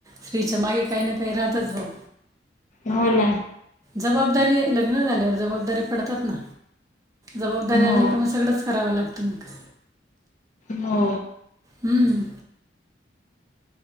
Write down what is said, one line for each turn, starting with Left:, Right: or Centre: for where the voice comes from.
Right: स्त्रीच्या मागे काही ना काही राहतच बघ
Left: हो ना
Right: जबाबदारी लग्न झाल्यावर जबाबदारी पडतात ना जबाबदारी
Left: हो
Right: आल्या का मग सगळंच करावं लागतं मग
Left: हो
Right: हं,